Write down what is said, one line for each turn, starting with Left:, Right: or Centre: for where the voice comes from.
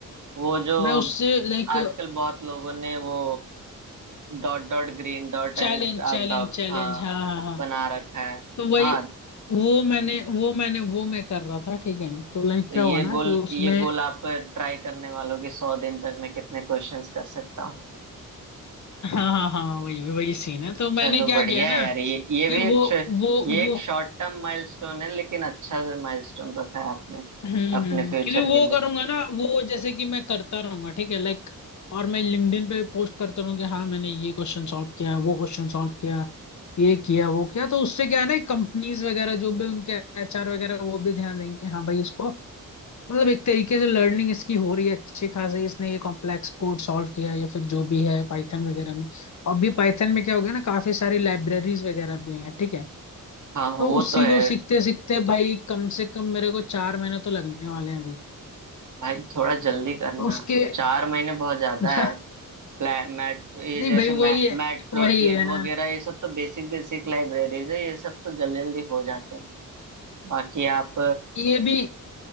Right: वो जो
Left: मैं उससे लाइक
Right: आजकल बहुत लोगों ने वो dot dot green dot and
Left: चैलेंज
Right: dark
Left: चैलेंज
Right: dot
Left: चैलेंज
Right: हाँ
Left: हाँ हाँ हाँ
Right: बना रखा है
Left: तो वही
Right: हाँ
Left: वो मैंने वो मैंने वो मैं कर रहा था ठीक है तो लाइक
Right: तो
Left: क्या
Right: ये
Left: हुआ ना
Right: गोल
Left: कि उसमें
Right: ये गोल आप ट्राई करने वालों की सौ दिन तक मैं कितने क्वेश्चंस कर सकता हूँ
Left: हाँ हाँ हाँ वही वही सीन है तो मैंने
Right: चलो
Left: क्या
Right: बढ़िया
Left: किया ना
Right: है यार ये ये
Left: कि
Right: भी
Left: वो
Right: एक छ-
Left: वो
Right: ये एक
Left: वो
Right: शॉर्ट टर्म माइलस्टोन है लेकिन अच्छा से माइलस्टोन रखा है आपने
Left: हम्म
Right: अपने
Left: हम्म,
Right: फ्यूचर
Left: क्योंकि वो
Right: के लिए
Left: करूंगा ना वो जैसे कि मैं करता रहूंगा ठीक है लाइक और मैं लिंक्डइन पे पोस्ट करता रहूँ कि हाँ मैंने ये क्वेश्चन सॉल्व किया वो क्वेश्चन सॉल्व किया ये किया वो किया तो उससे क्या है ना कंपनीज वगैरह जो भी उनके एचआर वगैरह वो भी ध्यान देंगे कि हाँ भाई इसको मतलब एक तरीके से लर्निंग इसकी हो रही है अच्छी खासी इसने ये कॉम्प्लेक्स कोड सॉल्व किया है या फिर जो भी है पाइथन वगैरह में और भी पाइथन में क्या हो गया ना काफी सारी लाइब्रेरीज वगैरह भी हैं ठीक है
Right: हाँ वो
Left: तो उसी
Right: तो है
Left: को सीखते सीखते भाई कम से कम मेरे को चार महीने तो लगने वाले हैं अभी
Right: भाई थोड़ा जल्दी करना
Left: तो उसके
Right: चार महीने बहुत ज्यादा
Left: <laughs>
Right: है प्ला- मैट ये
Left: नहीं
Right: जैसे
Left: भाई
Right: मै,
Left: वही है
Right: मैट प्लॉट
Left: वही
Right: लिब
Left: है
Right: वगैरह
Left: ना
Right: ये सब तो बेसिक बेसिक लाइब्रेरीज है ये सब तो जल्दी जल्दी हो जाते हैं बाकी आप
Left: ये भी